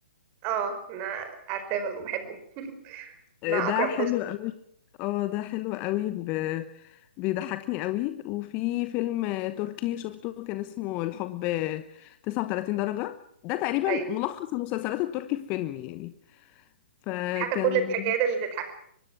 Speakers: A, on the right (about 30°); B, on the left (about 30°).
A: اه انا عارفاه برضه بحبه مع
B: آه، ده
A: اكرم
B: حلو
A: حسني
B: قوي اه ده حلو قوي ب... بيضحكني قوي وفي فيلم آه، تركي شفته كان اسمه الحب آه، 39 درجه ده تقريبا
A: ايوه
B: ملخص المسلسلات التركي في فيلم يعني فكان
A: حكى كل الحكايات اللي تضحك